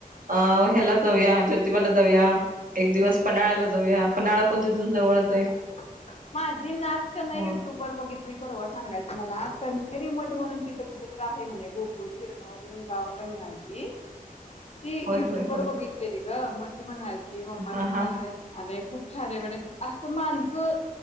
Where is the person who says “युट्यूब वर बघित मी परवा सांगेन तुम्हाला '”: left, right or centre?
Left